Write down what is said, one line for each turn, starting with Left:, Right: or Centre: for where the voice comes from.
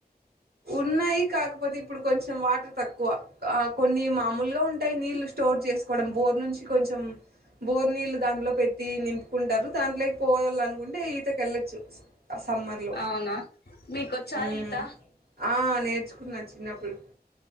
Right: ఉన్నాయి కాకపోతే ఇప్పుడు కొంచెం వాటర్ తక్కువ ఆ కొన్ని మామూల్గా ఉంటాయి నీళ్ళు స్టోర్ చేసుకోవడం బోర్ నుంచి కొంచెం బోర్ నీళ్ళు దాంట్లో పెట్టి నింపుకుంటారు దాంట్లోకి పోవాలనుకుంటే ఈతకి వెళ్ళొచ్చు సమ్మర్ లో
Left: అవునా మీకొచ్చా
Right: ఉమ్
Left: ఈత
Right: ఆ నేర్చుకున్నా చిన్నప్పుడు